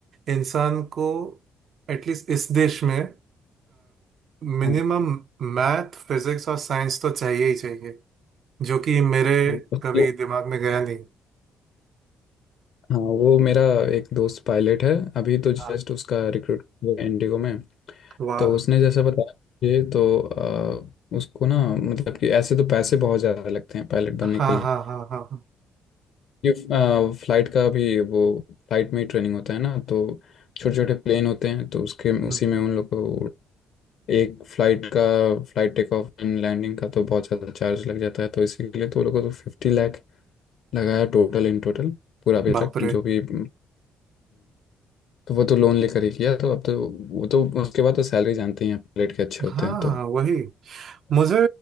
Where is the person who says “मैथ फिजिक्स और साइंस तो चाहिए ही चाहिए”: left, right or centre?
Right